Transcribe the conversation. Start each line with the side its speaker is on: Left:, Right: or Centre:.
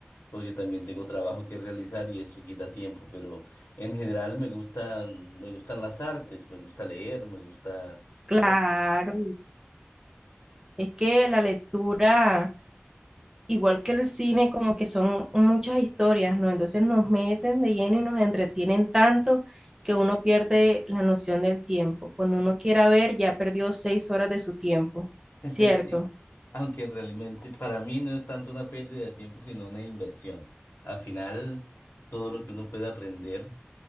Left: porque también tengo trabajo que realizar y eso quita tiempo, pero... En general me gustan, me gustan las artes, me gusta leer, me gusta,
Right: Claro, es que la lectura igual que el cine, como que son muchas historias, ¿no? Entonces nos meten de lleno y nos entretienen tanto que uno pierde la noción del tiempo. Cuando uno quiera ver, ya perdió seis horas de su tiempo,
Left: <laughs>
Right: ¿cierto?
Left: sí, aunque realmente para mí no es tanto una pérdida de tiempo, sino una inversión. Al final, todo lo que uno puede aprender